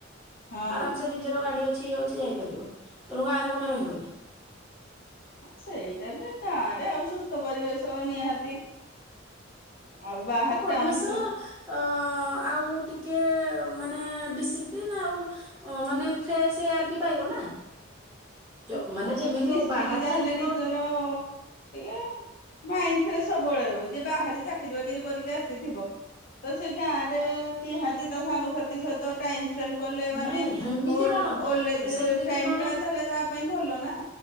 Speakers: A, on the left; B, in the centre.
A: ହଁ
B: ଆରାମ ସେ ନିଜର ଗାଡି ଅଛି ଇଏ ଅଛି ଯାଇପାରିବ ତେଣୁ ଗାଁରେ କମେ ରହିବନି।
A: ହ ସେଇଟା ବି କା ଏଟ ଆଉ ସୁସ୍ଥ ପରିବେଶ ନିହାତି। ତି ଆଉ ବାହାର
B: ସୁସ୍ଥ ପରିବେଶ
A: ଟାଉନ ସ
B: ଅ ଆଉ ଟିକେ ମାନେ ଡିସିପ୍ଲିନ୍ ଆଉ ଓ ମାନେ ଫ୍ରେଶ ଏୟାର ବି ପାଇବ ନା। ଜ
A: ଲୋକଙ୍କ
B: ମାନେ ଯେମିତି
A: ସହିତ ମିଶିକି
B: ହଉ ବାହାରେ
A: ଜା
B: ଯେତିକ
A: ହେଲେ ନିଜର ଟେ ମାଇଣ୍ଡ ଫ୍ରେସ ସବୁବେଳେ ରହିବ ଜିଏ ବାହାରେ ଚାକିରି ବାକିରି କରିକି ଆସିଥିବ। ତ ସେ ଗାଁରେ ନିହାତି ତ ସାଙ୍ଗ ସହିତ ଟାଇମସ ସ୍ପେଣ୍ଡ କଲେ ମାନେ
B: ନାଇଁ ହେମିତି
A: ଓ
B: କଣ
A: ଓଲଡ ଏଜରେ
B: ସେମିତି
A: ଟାଇମଟା
B: କଣ
A: ତାଲେ ତା ପାଇଁ ଭଲ ନା।